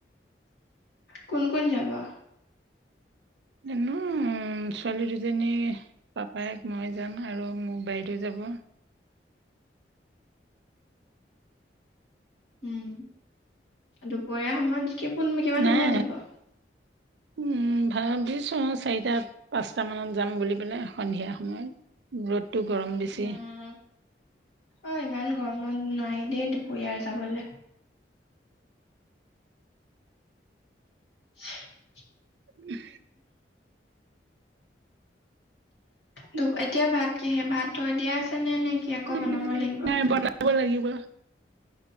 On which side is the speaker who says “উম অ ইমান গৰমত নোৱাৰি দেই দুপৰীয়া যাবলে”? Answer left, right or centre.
Left